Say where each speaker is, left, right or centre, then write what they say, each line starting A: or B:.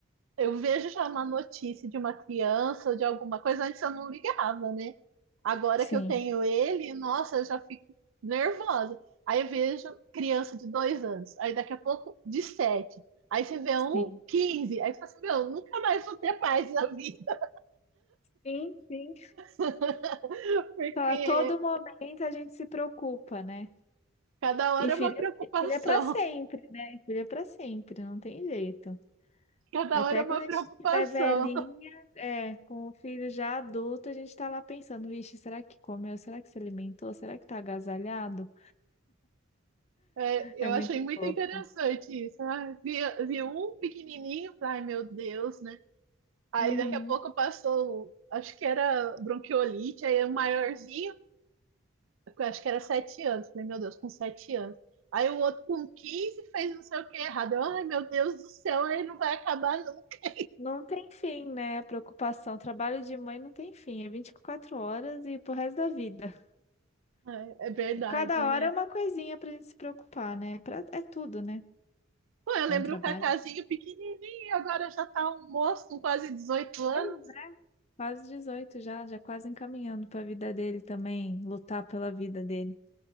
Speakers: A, on the right; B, on the left.
A: eu vejo já uma notícia de uma criança ou de alguma coisa, antes eu não ligava, né? Agora
B: sim,
A: que eu tenho ele, nossa, eu já fico nervosa. Aí eu vejo criança de dois anos, aí daqui a pouco de sete. Aí você vê um
B: sim.
A: 15. aí você fala assim, meu, nunca mais vou ter paz na vida,
B: Sim, sim.
A: <laughs> porque
B: Só a todo momento a gente se preocupa, né?
A: cada hora
B: E filho,
A: é uma preocupação,
B: filho é para sempre, né? Filho é para sempre, não tem jeito.
A: <laughs> cada
B: Até
A: hora é uma
B: quando a
A: preocupação.
B: gente estiver velhinha, é, com o filho já adulto, a gente está lá pensando, vixe, será que comeu? Será que se alimentou? Será que tá agasalhado?
A: É,
B: É
A: eu
B: muito
A: achei muito
B: pouco.
A: interessante isso. Ah, vi, vi um pequenininho, ai meu Deus, né? Aí
B: Uhum.
A: daqui a pouco passou, acho que era bronquiolite, aí o maiorzinho, eu acho que era sete anos. Falei, meu Deus, com sete anos. Aí o outro com 15 fez não sei o que errado. Eu, Ai, meu Deus do céu, aí não vai acabar nunca.
B: Não tem fim, né? A preocupação. O trabalho de mãe não tem fim. É 24 horas e pro resto da vida.
A: É, é verdade,
B: E cada
A: né?
B: hora é uma coisinha pra gente se preocupar, né? É Pra- é tudo, né?
A: Pô, eu
B: É
A: lembro
B: um trabalho
A: o Cacazinho pequenininho, agora já tá um moço com quase dezoito
B: Pois
A: anos.
B: é, Quase 18 já, já quase encaminhando para a vida dele também, lutar pela vida dele.